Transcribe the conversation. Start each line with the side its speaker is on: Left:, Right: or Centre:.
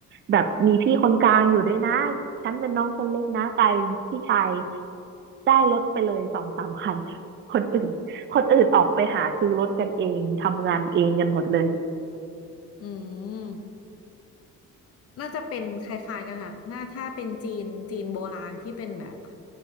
Right: แบบมีพี่คนกลางอยู่ด้วยนะ
Left: อืม
Right: ฉันเป็นน้องคนเล็กนะกลายเป็นพี่ชายได้รถไปเลยสองสามคันคนอื่นคนอื่นออกไปหาซื้อรถกันเองทำงานเองกันหมดเลย
Left: อืม น่าจะเป็นคล้ายๆกันค่ะ น่าถ้าเป็นจีนจีนโบราณที่เป็นแบบ